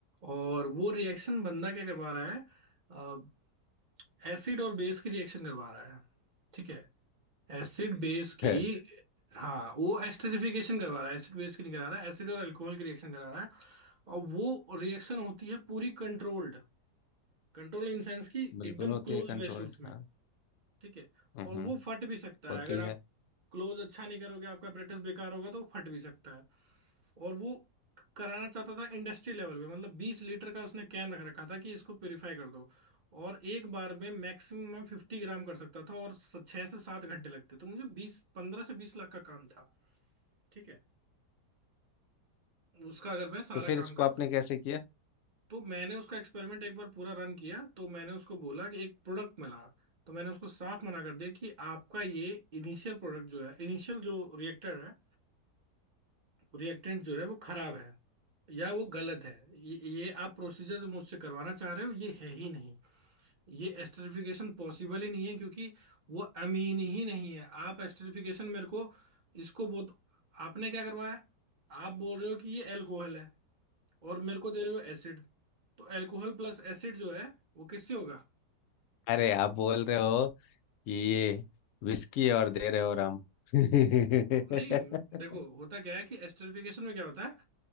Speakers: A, on the right; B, on the left.
A: और वो रिएक्शन बंदा क्या करवा रहा है एसिड और बेस की रिएक्शन करवा रहा है ठीक है एसिड बेस की
B: है
A: हाँ वो एस्टरीफिकेशन करवा रहा है एसिड बेस की नहीं करा रहा है एसिड और एल्कोहल की रिएक्शन करा रहा है और वो रिएक्शन होती है पूरी कंट्रोल्ड कंट्रोल इन सेंस की
B: बिल्कुल
A: एकदम
B: होती
A: क्लोज
B: है कंट्रोल
A: वेसल्स में
B: हाँ
A: ठीक है
B: हम्म
A: और
B: हम्म,
A: वो फट भी सकता
B: होती
A: है अगर
B: है
A: आप क्लोज अच्छा नहीं करोगे आपका प्रैक्टिस बेकार होगा तो वो फट भी सकता है और वो कराना चाहता था इंडस्ट्री लेवल पे मतलब 20 लीटर का उसने कैन रख रखा था कि इसको प्योरीफाई कर दो और एक बार में मैक्सिमम मैं 50 ग्राम कर सकता था और स- छह से सात घंटे लगते तो मुझे बीस पंद्रह से बीस लाख का काम था ठीक है उसका अगर मैं सारा
B: तो फिर इसको
A: काम करता
B: आपने कैसे किया
A: तो मैंने उसका एक्सपेरिमेंट एक बार पूरा रन किया तो मैंने उसको बोला कि एक प्रोडक्ट मिला तो मैंने उसको साफ मना कर दिया कि आपका ये इनिशियल प्रोडक्ट जो है इनिशियल जो रिएक्टर है रिएक्टेंट जो है वो खराब है या वो गलत है ये, ये आप प्रोसीजर जो मुझसे करवाना चाह रहे हो ये है ही नहीं ये एस्टरिफिकेशन पॉसिबल ही नहीं है क्योंकि वो अमीन ही नहीं है आप एस्टरिफिकेशन मेरे को इसको बहुत आपने क्या करवाया आप बोल रहे हो कि ये एल्कोहल है और मेरे को दे रहे हो एसिड तो अल्कोहल प्लस एसिड जो है वो किससे होगा
B: अरे आप बोल रहे हो कि ये विस्की और दे रहे हो राम <laughs>
A: नहीं देखो होता क्या है कि एस्टरिफिकेशन में क्या होता है